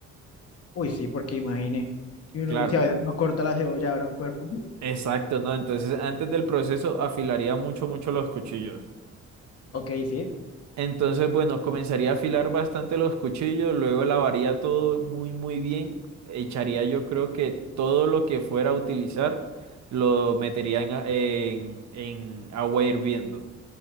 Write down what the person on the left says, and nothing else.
Uy, sí, porque imagine. Y uno,
si a veces no corta la cebolla, ahora un cuerpo. ujú,
Ok, sí.